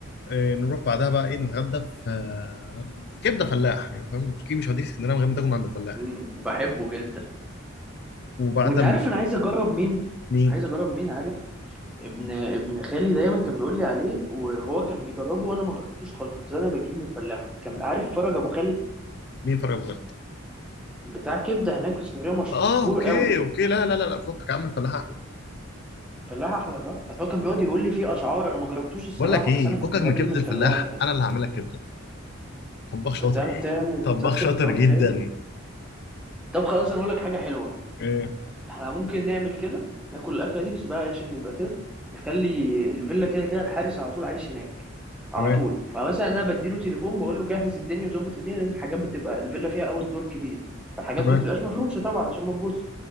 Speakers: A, on the left (about 50°); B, in the centre.
A: آه، نروح بعدها بقى ايه نتغدى في آه، كبده فلاح يعني فاهم اكيد مش هديك اسكندريه من غير ما تاكل من عند الفلاح
B: مم، بحبه جدا
A: وبعدها
B: وانت عارف
A: من
B: انا عايز اجرب مين
A: مين
B: عايز اجرب مين عارف ابن ابن خالي دايما كان بيقول لي عليه وهو كان بيجربه وانا ما جربتوش خالص كنت انا بجيب من فلاح كان عارف فرج ابو خالد
A: مين فرج ابو خالد
B: بتاع كبده هناك في اسكندريه مش
A: اه
B: مشهور
A: اوكي
B: قوي
A: اوكي لا لا لا لا فكك يا عم الفلاح احلى
B: فلاح احلى صح أصل هو كان بيقعد يقول لي فيه اشعار انا ما جربتوش الصراحه
A: بقول لك ايه
B: بس انا كنت
A: فكك
B: بجيب
A: من كبده
B: من الفلاح
A: الفلاح
B: يعني
A: انا اللي هعمل لك كبده طباخ
B: انت
A: شاطر
B: بتعرف تعمل
A: طباخ
B: بتعرف
A: شاطر
B: ت- طب
A: جدا
B: حلو طب خلاص انا اقول لك حاجه حلوه
A: ايه
B: احنا ممكن نعمل كده ناكل الاكله دي بس بقى عشان نبقى كده نخلي الفيلا كده كده الحارس على طول عايش هناك
A: تمام
B: على طول فمثلا انا بديله تليفون بقول له جهز الدنيا وظبط الدنيا لان الحاجات بتبقى الفيلا فيها اول دور كبير فالحاجات
A: تمام
B: ما بتبقاش مفروشه طبعا عشان ما تبوظ